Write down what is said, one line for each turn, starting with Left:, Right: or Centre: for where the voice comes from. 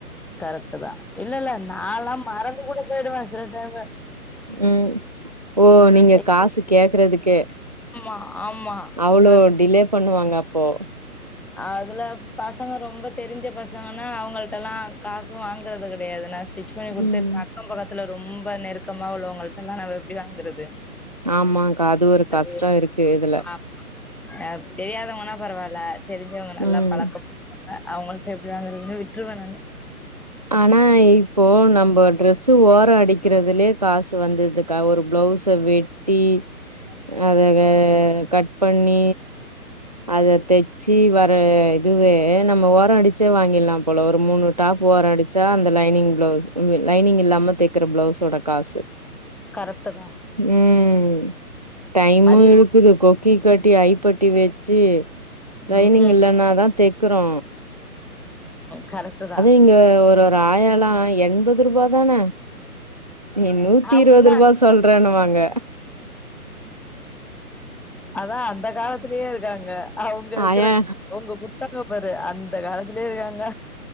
Centre: கரக்ட்டு தா இல்லல்ல நால்லா மறந்து கூட போய்டுவ சில டைமு
Right: ம் ஓ நீங்க
Centre: ஐயோ
Right: காசு கேக்றதுக்கே
Centre: ஆமா ஆமா
Right: அவுளோ
Centre: சில
Right: டிலே பண்ணுவாங்க அப்போ
Centre: அதுல பசங்க ரொம்ப தெரிஞ்ச பசங்கன்னா அவுங்கள்ட்டலா காசு வாங்குறது கடையாது நா ஸ்டிச் பண்ணி குடுத்துட்
Right: ம்
Centre: அக்கம் பக்கத்துல ரொம்ப நெருக்கமா உள்ளவங்கல்ட்டலா நம்ப எப்டி வாங்குறது
Right: ஆமாக்கா ஒரு
Centre: அது
Right: கஷ்டோ இருக்கு இதுல
Centre: ஆமா தெரியாதவ்ங்கனா பரவால்ல தெரிஞ்சவங்க நல்லா
Right: ம்
Centre: பழக்கம் அவுங்கள்ட எப்டி வாங்கறதுன்னு விட்ருவ நானு
Right: ஆனா இப்போ நம்ம ட்ரெஸு ஓரோ அடிக்கறதுலயே காசு வந்துருதுக்கா ஒரு ப்ளவுஸு வெட் டி அத வே கட் பண்ணி அத தெச்சு வ ஆ இதுவே நம்ம ஓரோ அடிச்சே வாங்கிற்லா போல ஒரு மூணு டாப் ஓரோ அடிச்சா அந்த லைனிங் ப்ளவுஸ் லைனிங் இல்லாம தேக்கிற ப்ளவுஸ் வோட காசு
Centre: கரெக்ட்டு தா
Right: ம் டைமு
Centre: அது என்னமோ
Right: எடுக் க்குது கொக்கி கட்டி ஐ பட்டி வெச்சு லைனிங்
Centre: ம் ம்
Right: இல்லன்னாதா தெக்கிறோ
Centre: கரெக்ட்டுதா
Right: இங்க ஒரு ஒரு ஆயாலா எண்பது ரூபாதான நீ நூத்தி
Centre: அவங்க
Right: இருவது
Centre: இன்னு
Right: ரூபா
Centre: அந்த
Right: சொல்றேன்னுவாங்க
Centre: அதா அந்த காலத்திலயே இருக்காங்க அவுங்க இருக்கிற
Right: ஆயா
Centre: உங்க குத்தக ஒரு அந்த காலத்திலயே இருக்காங்க